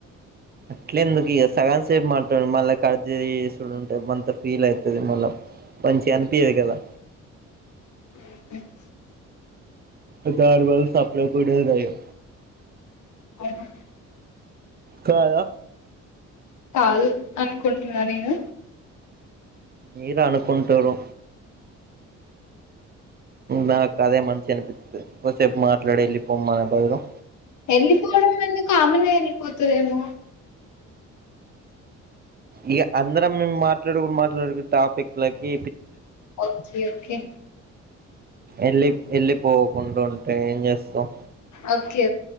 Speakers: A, on the right; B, on the left.
A: అట్లే ఎందుకు ఇక సగంసేపు మాట్లా మళ్ళా కట్ చేసుడు ఉంటాది మంత ఫీల్ అవుతది మళ్ళా, మంచిగా అనిపియదు, కదా
B: <unintelligible>
A: ఈ తరుమారు సపరేట్ కూడా పాయే
B: అవును
A: కదా
B: కాలి అనుకుంటున్నా నేను
A: మీరు అనుకుంటురు, నాకు అదే మంచి అనిపిస్తుంది కోసేపు మాట్లాడే వెళ్ళిపోమ్మనే ధైర్యం,
B: వెళ్ళిపోవడం ఎందుకు ఆమెనే వెళ్ళిపోతదేమో,
A: ఇగా అందరం మేము మాట్లాడుకు మాట్లాడుకునే టాపిక్లకిి,
B: ఓకే ఓకే
A: ఎళ్ళి ఎళ్ళి పోకుండా ఉంటే ఏం చేస్తాం
B: ఓకే ఓకే